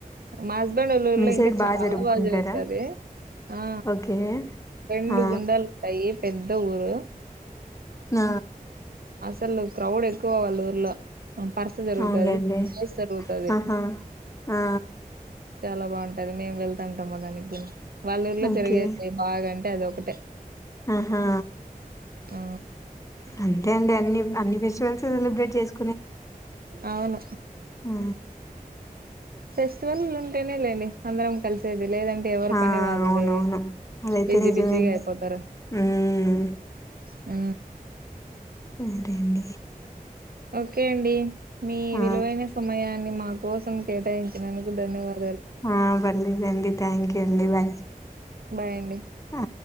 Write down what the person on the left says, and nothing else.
మీ
సైడ్
జరుపుకుంటారా
ఓకే
ఆ
ఆ
అవునులేండి
ఆహా ఆ
ఓకే
ఆహా
అంతే అండి అన్ని అన్ని ఫెస్టివల్స్ సెలబ్రేట్ చేసు
ఆ
ఆ
అవునవును అదైతే
నిజమే
ఉమ్...
పోండి అండి
ఆ
ఆ బండి బండి థ్యాంకూ అండి బాయ్
ఆ